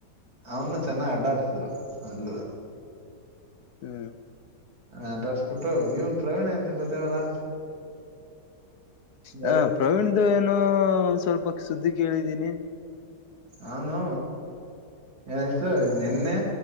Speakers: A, on the right; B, on the left.
A: ಅವ್ನು ಚೆನ್ನಾಗ ಅಡಾಡ್ಸರು ಅಲ್ಲಿ
B: ಹ್ಮ.
A: ಆಟಾಡ್ಸ್ಬಿಟ್ಟು ಇವನ ಪ್ರವೀಣ್ ಎಂತ ಬತೇವಲ್ಲಾ.
B: ಹ
A: ಎರಡು
B: ಪ್ರವೀಣ್ದ ಏನೋ ಸ್ವಲ್ಪ ಸುದ್ದಿ ಕೇಳಿದೀನಿ.
A: ಅವನು ಏನಾಯ್ತು ನಿನ್ನೆ